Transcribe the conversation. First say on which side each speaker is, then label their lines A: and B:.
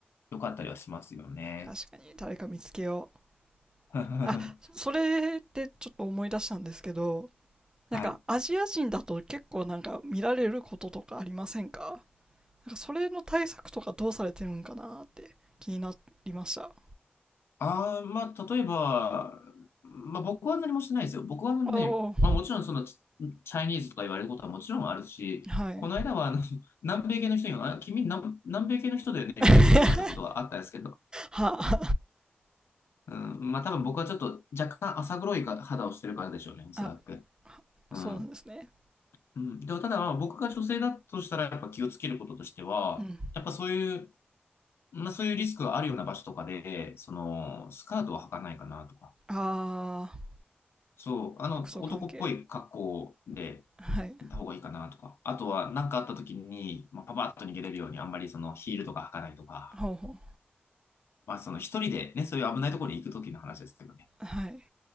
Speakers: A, on the left; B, on the right.
A: 良かったりはしますよね。
B: 確かに、誰か見つけよう。
A: <laughs> は
B: あ、それでちょっと思い出したんですけど、なんかアジア人だと結構なんか見られることとかありませんか
A: い。
B: なんかそれの対策とかどうされてるんかなって気になりました。
A: ああ、まあ、例えば、まあ、僕は何もしてないですよ。僕はね、
B: おお、
A: まあ、もちろんその、チチャイニーズとか言われることはもちろんあるし、
B: はい。
A: この間は、あの、<laughs> 南米系の人に、あ、君南、南米系の人だよねみたいなことを言われたことはあったんですけど、
B: <laughs> は、
A: うん、まあ、多分僕はちょっと若干浅黒いか肌をしてるからでしょうね、おそらく。
B: あ、
A: うん
B: そうなんですね。
A: うん。でも、ただ、まあ僕が女性だとしたら、やっぱ気をつけることとしては、
B: うん。
A: やっぱそういう、まあそういうリスクがあるような場所とかで、その、スカートは履かないかなとか、
B: ああ、
A: そう、あの、
B: 服装関係。
A: 男っぽい格好で
B: はい。
A: 行った方がいいかなとか、あとは何かあった時に、まあ、パパッと逃げれるように、あんまりそのヒールとか履かないとか、
B: ほうほ
A: まあその一人でね、そういう危ないところに行く時の話ですけどね。
B: う。はい。